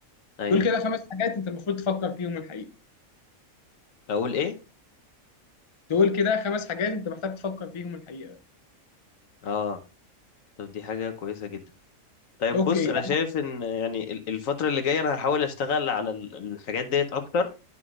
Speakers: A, on the left; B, on the left.
A: ايوه
B: دول كده خمس حاجات انت المفروض تفكر فيهم الحقيقه
A: اقول ايه
B: دول كده خمس حاجات انت محتاج تفكر فيهم الحقيقه
A: اه طب دي حاجه كويسه جدا طيب
B: اوكي
A: بص انا شايف ان يعني ال- الفتره اللي جايه انا هحاول اشتغل على ال- الحاجات ديت اكتر